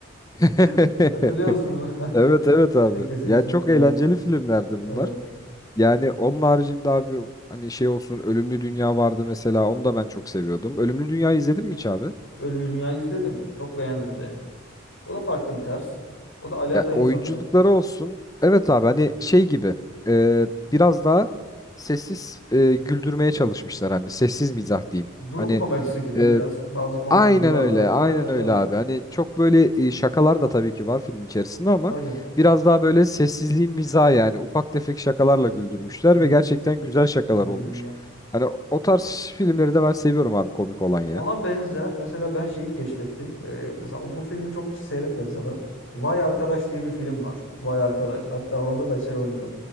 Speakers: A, on the left; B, on the left.
A: <laughs>
B: <laughs> Hatırlıyor musunuz? <laughs>
A: Evet evet abi.
B: Ne kesiyorsunuz
A: Yani çok
B: bu
A: eğlenceli
B: bayram?
A: filmlerdi bunlar.
B: Evet.
A: Yani onun haricinde abi hani şey olsun Ölümlü Dünya vardı mesela. Onu da ben çok seviyordum. Ölümlü Dünya'yı izledin mi hiç abi?
B: Ölümlü Dünya'yı izledim. Çok beğendim de. O da farklı bir tarz. O da Ali
A: Ya
B: Atay'ın
A: oyunculukları
B: sanırım.
A: olsun. Evet abi hani şey gibi e, biraz daha sessiz e, güldürmeye çalışmışlar hani sessiz mizah diyeyim.
B: Durum
A: Hani
B: komedisi gibi
A: e,
B: biraz. Bazı komik
A: aynen
B: durumlar
A: öyle
B: var.
A: aynen
B: Evet
A: öyle
B: evet.
A: abi. Hani çok böyle e, şakalar da tabii ki var film içerisinde ama
B: Tabii.
A: biraz daha böyle sessizliğin mizahı yani ufak tefek şakalarla güldürmüşler
B: Hı hı.
A: ve gerçekten güzel şakalar
B: Ölümlü
A: olmuş.
B: Dünya.
A: Hani o tarz filmleri de ben seviyorum abi komik olan ya.
B: Ona benzer. Mesela ben şeyi keşfettim. Ee, mesela o bu filmi çok kişi seyretmedi sanırım. Vay Arkadaş diye bir film var. Vay Arkadaş. Hatta orada da şey oynuyor.